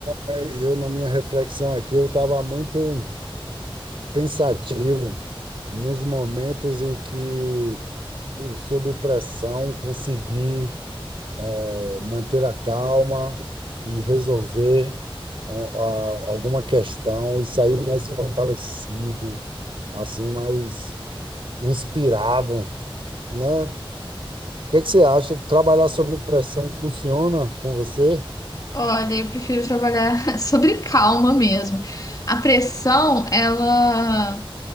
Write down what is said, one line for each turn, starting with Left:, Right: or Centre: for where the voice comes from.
Right: É, Eu, na minha reflexão aqui, eu estava muito pensativo nos momentos em que eu, sob pressão, consegui eh, manter a calma e resolver al- a- alguma questão e sair mais fortalecido, assim, mais inspirado, né? O que é que você acha? Trabalhar sob pressão funciona com você?
Left: Olha, eu prefiro trabalhar <laughs> sobre calma mesmo. A pressão, ela,